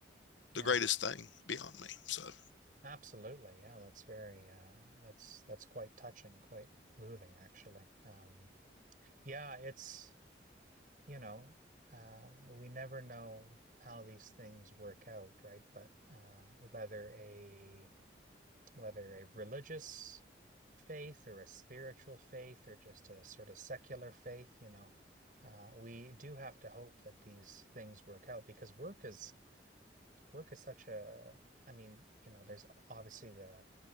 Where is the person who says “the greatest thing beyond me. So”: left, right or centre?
Left